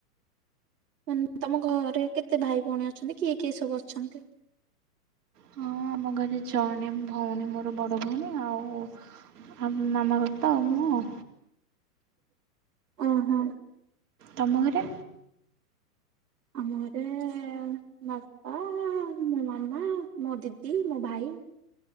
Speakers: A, on the right; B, on the right.
A: ମାନେ ତମ ଘରେ କେତେ ଭାଇ ଭଉଣୀ ଅଛନ୍ତି କିଏ କିଏ ସବୁ ଅଛନ୍ତି?
B: ହଁ ଆମ ଘରେ ଜଣେ ଭଉଣୀ ମୋର ବଡ଼ ଭଉଣୀ ଆଉ। ଆଉ ମାମା ବାପା ଆଉ ମୁଁ।
A: ଉଁ ହୁଁ।
B: ତମ ଘରେ?
A: ଆମ ଘରେ ବାପା ମୋ ମାମା ମୋ ଦିଦି ମୋ ଭାଇ।